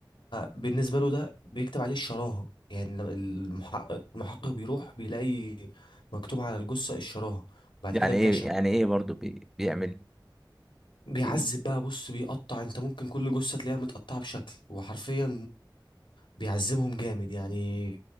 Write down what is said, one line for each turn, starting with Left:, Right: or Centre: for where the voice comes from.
Left: بالنسبه له ده بيكتب عليه الشراهه يعني لما المحقق المحقق بيروح بيلاقي مكتوب على الجثه الشراهه بعد
Centre: يعني
Left: كده الجشع
Centre: ايه يعني ايه برضو بي... بيعمل
Left: بيعذب
Centre: بي...
Left: بقى بص بيقطع انت ممكن كل جثة تلاقيها متقطعة بشكل وحرفيا بيعذبهم جامد يعني